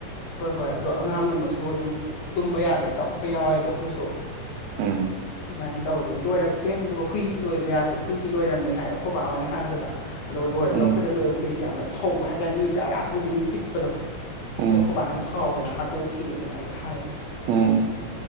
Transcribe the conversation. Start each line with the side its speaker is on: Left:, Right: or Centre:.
Left: ꯍꯣꯏ ꯍꯣꯏ ꯑꯗꯣ ꯑꯉꯥꯡꯒꯨꯝꯕꯁꯨ ꯑꯗꯨꯝ ꯇꯨꯝꯕ ꯌꯥꯗꯕ ꯀꯞꯄ ꯌꯥꯎꯋꯦꯕ ꯑꯩꯈꯣꯏꯁꯨ
Right: ꯎꯝ
Left: ꯑꯗꯨꯨꯃꯥꯏꯅ ꯇꯧꯔꯗꯅꯤ ꯂꯣꯏꯔꯛꯇꯦ ꯑꯗꯨꯒ ꯍꯨꯏꯁꯨ ꯂꯣꯏꯕ ꯌꯥꯗꯦ ꯍꯨꯏꯁꯨ ꯂꯣꯏꯔꯝꯃꯦ ꯍꯥꯏ ꯑꯩꯈꯣꯏꯕꯥ ꯍꯣꯏꯅ ꯍꯥꯏꯕꯗ ꯑꯗꯨꯒ ꯂꯣꯏꯔꯒ
Right: ꯎꯝ
Left: ꯑꯩꯈꯣꯏꯗ ꯂꯣꯏꯕ ꯍꯨꯏꯁꯦ ꯌꯥꯝꯅ ꯊꯧꯕ ꯍꯥꯏꯇꯥꯔꯦ ꯃꯤꯁꯦ ꯑꯔꯥꯞꯄ ꯈꯨꯗꯤꯡ ꯆꯤꯛꯄꯗꯣ
Right: ꯎꯝ
Left: ꯗꯈꯣꯕꯥꯅ ꯁꯥꯎꯗꯅ ꯍꯥꯠꯇꯣꯛꯈꯤ ꯑꯗꯨꯃꯥꯏꯒ ꯍꯥꯏ
Right: ꯑꯣ